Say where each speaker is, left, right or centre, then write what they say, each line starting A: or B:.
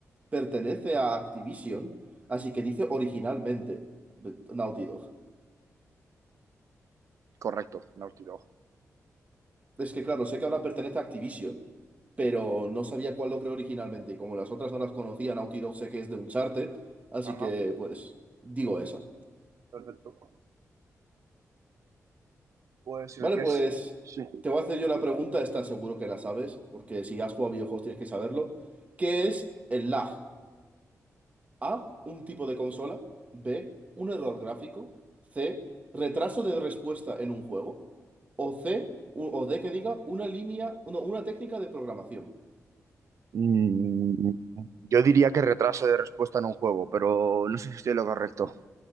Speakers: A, on the right (about 25°); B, on the right (about 65°).
A: pertenece a Activision, así que dice originalmente Naughty Dog.
B: Correcto, Naughty Dog.
A: Es que claro, sé que ahora pertenece a Activision, pero no sabía cuál lo creó originalmente, y como las otras no las conocía, Naughty Dog sé que es de Uncharted, así
B: Ajá,
A: que pues digo esa.
B: perfecto. Pues si
A: Vale,
B: me quieres.
A: pues
B: Sí.
A: te voy a hacer yo la pregunta, esta seguro que la sabes, porque si has jugado a videojuegos tienes que saberlo. ¿Qué es el lag? A, un tipo de consola. B, un error gráfico. C, retraso de respuesta en un juego. O C, u- o D que diga una línea, no, una técnica de programación.
B: Mm, yo diría que retraso de respuesta en un juego, pero no sé si estoy en lo correcto.